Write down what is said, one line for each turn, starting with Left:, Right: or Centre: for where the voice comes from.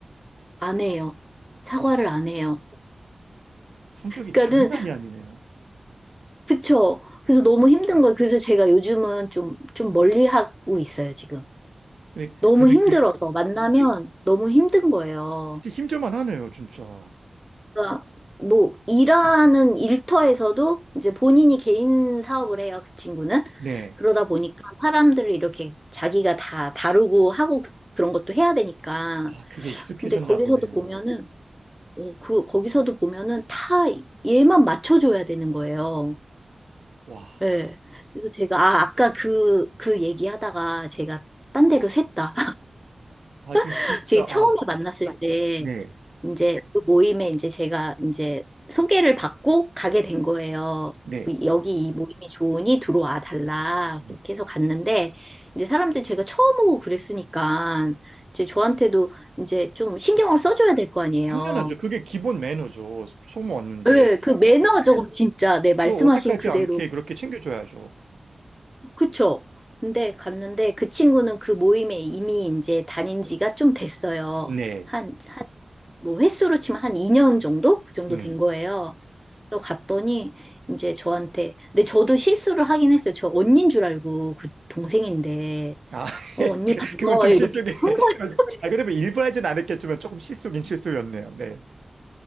Centre: 안 해요. 사과를
Right: 와,
Centre: 안 해요.
Right: 성격이
Centre: 그러니까는
Right: 장난이 아니네요.
Centre: 그쵸. 그래서 너무 힘든 거예요. 그래서 제가 요즘은 좀 좀 멀리 하고 있어요, 지금.
Right: 근데
Centre: 너무
Right: 그러면
Centre: 힘들어서
Right: 그
Centre: 만나면 너무 힘든 거예요.
Right: 진짜 힘들만 하네요, 진짜.
Centre: 그러니까 뭐 일하는 일터에서도 이제 본인이 개인 사업을 해요, 그 친구는.
Right: 네.
Centre: 그러다 보니까 사람들을 이렇게 자기가 다 다루고 하고 그런 것도 해야 되니까.
Right: 아, 그게 익숙해졌나
Centre: 근데 거기서도
Right: 보네요.
Centre: 보면은 어, 그 거기서도 보면은 다 얘만 맞춰줘야 되는 거예요.
Right: 와,
Centre: 예. 그래서 제가, 아, 아까 그, 그 얘기하다가 제가 딴 데로 샜다.
Right: 아, 그
Centre: <laughs>
Right: 진짜
Centre: 제가 처음에
Right: 아,
Centre: 만났을 때,
Right: 네,
Centre: 이제 그 모임에 이제 제가 이제 소개를 받고 가게 된 거예요.
Right: 네.
Centre: 그 여기 이 모임이 좋으니 들어와 달라.
Right: 음.
Centre: 그렇게 해서 갔는데, 이제 사람들이 제가 처음 오고 그랬으니까, 이제 저한테도 이제 좀 신경을 써줘야 될 거 아니에요.
Right: 당연하죠. 그게 기본 매너죠. 처음 왔는데.
Centre: 예, 그 매너적으로 진짜, 네, 말씀하신
Right: 저 어색하지
Centre: 그대로
Right: 않게 그렇게 챙겨줘야죠.
Centre: 그쵸? 근데 갔는데 그 친구는 그 모임에 이미 이제 다닌 지가 좀 됐어요.
Right: 네.
Centre: 한, 한, 뭐 횟수로 치면 한 2년 정도? 그 정도
Right: 음.
Centre: 된 거예요. 또 갔더니 이제 저한테, 근데 저도 실수를 하긴 했어요. 저 언니인 줄 알고 그 동생인데,
Right: 아, <laughs>
Centre: 어, 언니
Right: 그-
Centre: 반가워요.
Right: 그건 좀 실속이.
Centre: 이렇게 한
Right: <laughs>
Centre: 거예요. <laughs>
Right: 아, 근데 뭐 일부러 하진 않았겠지만 조금 실속인 실수였네요. 네.